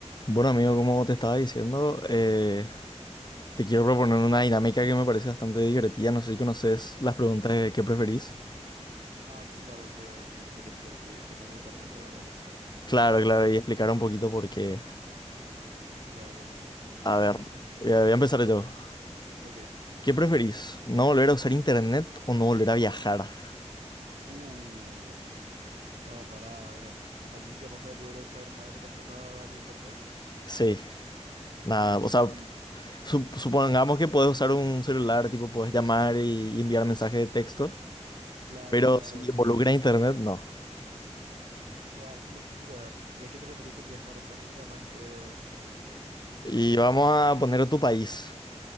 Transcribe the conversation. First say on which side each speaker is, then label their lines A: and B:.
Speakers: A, on the left (about 35°); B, on the right (about 70°).
A: Bueno, amigo, como te estaba diciendo, eh, te quiero proponer una dinámica que me parece bastante divertida. No sé si conoces las preguntas de qué preferís.
B: Ah, sí, claro que tenemos que elegir qué, qué nos gustaría entre dos opciones,
A: Claro,
B: ¿verdad?
A: claro, y explicar un poquito por qué.
B: Ya, ya, ya entiendo.
A: A
B: Sí,
A: ver,
B: sí, sí.
A: voy a voy a empezar yo.
B: Ok.
A: ¿Qué preferís? ¿No volver a usar internet o no volver a viajar?
B: Uh. No, pará, ver. O sea, nunca más voy a poder usar nada relacionado al internet.
A: Sí, nada, o
B: Y
A: sea, su- supongamos que puedes usar un celular, tipo, puedes llamar y, y enviar mensajes de texto,
B: claro,
A: pero
B: claro.
A: si involucra internet, no.
B: Guau, qué locura. ¿Y a qué te referís con viajar? O sea, nunca más poder que, que, que...
A: Y vamos a poner tu país.